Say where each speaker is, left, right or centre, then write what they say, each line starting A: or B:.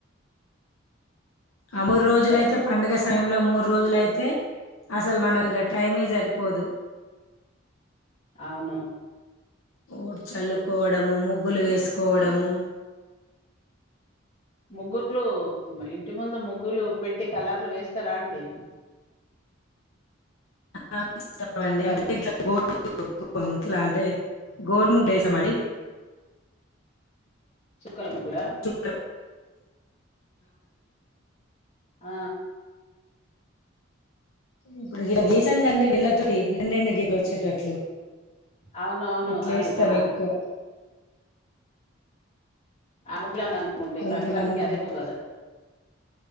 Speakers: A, on the left; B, on the left.
A: ఆమరు రోజుల
B: స-
A: అయితే పండగ అస్ సమయంలో మూడు రోజులు అయితే అసలు మనకి ఇగ టైమే జరిపోదు
B: అవును
A: ఊడ్చ చల్లుకోవడము ముగ్గులు వేసుకోవడము
B: ముగ్గుర్లు ఇంటి ముందు ముగ్గులు పెట్టి కలర్లు వేస్తారా అండి.
A: ఆ ఇస్తండి
B: సంక్రాంతికి
A: ఇంట <unintelligible> ఇంట్లా అంటే గోడుముగ్ వేసామండి
B: చుక్కల ముగ్గులా
A: చ
B: ఆ
A: ఇప్పుడు ఇడ గీసంగా అండి వెళ్ళతో రెండెండి గీతలు వచ్చేటట్లు
B: అవునవును
A: అట్లే
B: అది
A: ఏస్తాం
B: ఆ
A: ఎక్కువ
B: ఆ ముగ్గులేఅందంగా ఉంటాయి
A: కొంతమంది
B: సంక్రాంతికి అదే ముగ్గు అసలు